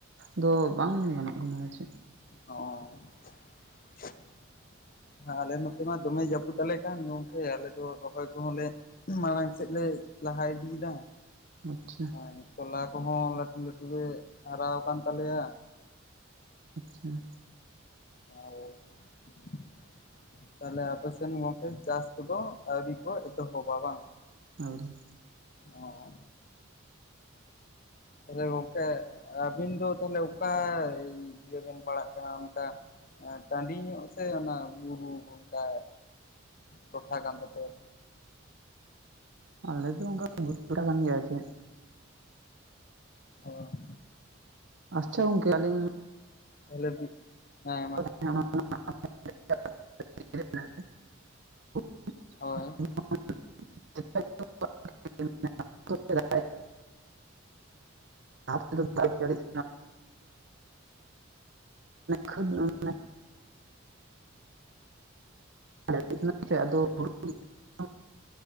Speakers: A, on the right (about 60°); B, on the left (about 45°).
A: ᱫᱚ ᱵᱟᱝ ᱜᱟᱱᱚᱜ ᱠᱟᱱᱟ ᱟᱨ ᱪᱮᱫ ᱾
B: ᱚᱸᱻ <inaudible> ᱦᱮᱸ ᱟᱞᱮ ᱱᱚᱛᱮ ᱢᱟ ᱫᱚᱢᱮᱭ ᱡᱟᱹᱯᱩᱫ ᱟᱞᱮ ᱠᱟᱱ ᱜᱚᱝᱠᱮ ᱟᱞᱮ ᱫᱚ ᱨᱚᱦᱚᱭ ᱠᱚᱦᱚᱸ ᱞᱮ ᱢᱟᱲᱟᱝ ᱥᱮᱫ ᱞᱮ ᱞᱟᱦᱟᱭ ᱤᱫᱤ ᱮᱫᱟ ᱾
A: ᱟᱪᱪᱷᱟ ᱾
B: ᱟᱨ ᱛᱚᱞᱟ ᱠᱚᱦᱚᱸ ᱞᱟᱹᱴᱩ ᱞᱟᱹᱴᱩ ᱜᱮ ᱦᱟᱨᱟᱣ ᱟᱠᱟᱱ ᱛᱟᱞᱮᱭᱟ ᱾
A: ᱟᱪᱪᱷᱟ ᱾
B: ᱦᱳᱭ ᱾ ᱛᱟᱦᱚᱞᱮ ᱟᱯᱮ ᱥᱮᱱ ᱜᱚᱝᱠᱮ ᱪᱟᱥ ᱠᱚᱫᱚ ᱟᱹᱣᱨᱤ ᱠᱚ ᱮᱛᱚᱦᱚᱵᱼᱟ ᱵᱟᱝ?
A: ᱟᱹᱣᱨᱤ ᱾
B: ᱚ ᱛᱟᱦᱚᱞᱮ ᱜᱚᱝᱠᱮ ᱟᱹᱵᱤᱱ ᱫᱚ ᱛᱟᱦᱚᱞᱮ ᱚᱠᱟ ᱤᱭᱟᱹ ᱵᱤᱱ ᱯᱟᱲᱟᱜ ᱠᱟᱱᱟ ᱚᱱᱠᱟ ᱴᱟᱺᱰᱤ ᱧᱚᱜ ᱥᱮ ᱚᱱᱟ ᱵᱩᱨᱩ ᱚᱱᱠᱟ ᱴᱚᱴᱷᱟ ᱠᱟᱱ ᱛᱟᱯᱮᱭᱟ?
A: ᱟᱞᱮ ᱫᱚ ᱚᱱᱠᱟ ᱵᱩᱨᱩ ᱴᱚᱴᱷᱟ ᱠᱟᱱ ᱜᱮᱭᱟ ᱪᱮᱫ ᱾
B: ᱦᱚᱸ ᱾
A: ᱟᱪᱪᱷᱟ ᱜᱚᱝᱠᱮ ᱟᱞᱤᱧ
B: ᱞᱮᱵᱤᱱ ᱦᱮᱸ ᱢᱟ ᱾
A: <unintelligible>
B: ᱦᱳᱭ ᱾
A: <unintelligible> ᱞᱟᱦᱟ ᱛᱮᱫᱚ ᱫᱟᱜ ᱮ ᱡᱟᱹᱲᱤᱭᱮᱜ ᱛᱟᱦᱮᱱᱟ <unintelligible> <unintelligible> ᱠᱟᱱᱟ ᱥᱮ ᱟᱫᱚ ᱦᱩᱲᱩ <inaudible>